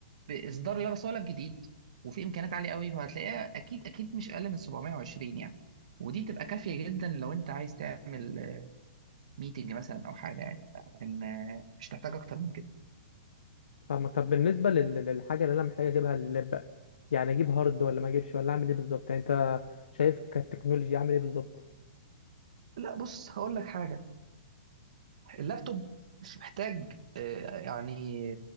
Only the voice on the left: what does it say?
فاهمك طب بالنسبة لل- للحاجة اللي انا محتاج اجيبها لللاب بقى يعني اجيب هارد ولا ما اجيبش ولا اعمل ايه بالظبط يعني انت شايف كالتكنولوجيا اعمل ايه بالظبط